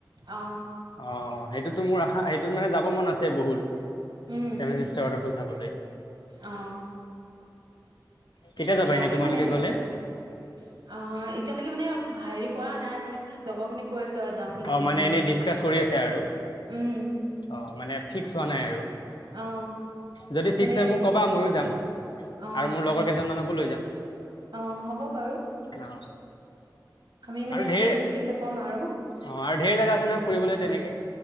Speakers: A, on the right; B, on the left.
A: অ
B: অ। সেইটো টো মোৰ আশা সেইটোত মানে যাব মন আছে বহুত।
A: উম
B: চেভেন চিচতাৰ ৱাটাৰফল চাবলৈ।
A: অ
B: কেতিয়া যাবা
A: পাৰি
B: এনেই তোমালোকে
A: মানে এনেকে
B: গ'লে
A: যাব, অ এতিয়ালৈকে মানে হেৰি কৰা নাই, মানে লগৰ খিনি কৈ আছে। ওচ যাম বুলি
B: অ
A: কৈছে
B: মানে
A: এনে
B: এনেই ডিচকাচ কৰি আছে আৰু
A: উম।
B: অ মানে ফিক্স হোৱা নাই আৰু
A: অ
B: যদি ফিক্স
A: মানে
B: হয় মোক ক'বা ময়ো যাম।
A: অ
B: আৰু মোৰ লগৰ কেইজন মানকো লৈ যাম।
A: অ হ'ব বাৰু।
B: অ
A: আমি মানে
B: আৰু ঢেৰ
A: সুধি পুছি বুলি ক'ম আৰু।
B: অ আৰু ঢেৰ জেগা আছে নহয় ফুৰিবলৈ তেনেকে।